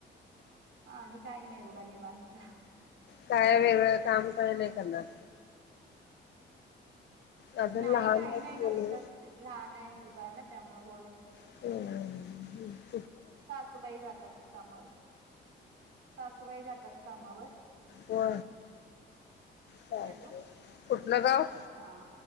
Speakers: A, on the right; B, on the left.
A: हा नाही काही नाही बघा निवांत.
B: काय वेगळ काम काही नाही करणार. अजून
A: नाही
B: लहान
A: काही
B: आहेत
A: नाही
B: मुले
A: घरीच असते लहान आहे मुलगा ना त्यामुळे होय.
B: ह.
A: सासूबाई जातात कामावर सासूबाई जातात कामावर
B: हो चा
A: हॅलो
B: कुठलं गाव
A: हा